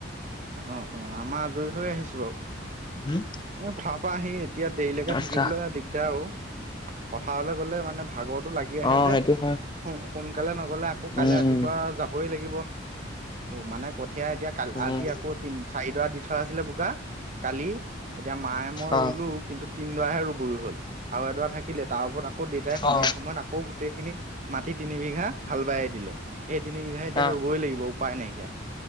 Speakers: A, on the right; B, on the left.
A: অ অ আমাৰ আজৰি হৈ আহিছো বাৰু।
B: হুম
A: এ ফাপা আহি এতিয়া দেৰিলৈকে
B: আচ্ছা
A: থাকিবলৈ দিগদাৰ ও। পথাৰলে গলে মানে ভাগৰটো লাগি আহে
B: অ
A: যে
B: সেইটো
A: সোনকালে
B: হয়
A: ন। গলে আকৌ কাইলৈ
B: উম
A: ৰাতিপুৱা
B: উম
A: যাবই লাগিব মানে কঠিয়া এতিয়া ক
B: উম
A: আজি আকৌ তি চাৰিডৰা দি থোৱা আছিলে বোকা কালি। এতিয়া মায়ে মই
B: অ
A: ৰুলো কিন্তু তিনডৰাহে ৰুবৰি হল আৰু এডৰা থাকিলে তাৰ ওপৰত আকৌ। আকৌ দেতাই সন্ধিয়া
B: অ
A: সময়ত আকৌ গোটেইখিনি মাটি তিনিবঘা হাল বাই দিলে। সেই তিনিবঘা এতিয়া
B: আহ
A: ৰুবই লাগিব উপায় নাইকিয়া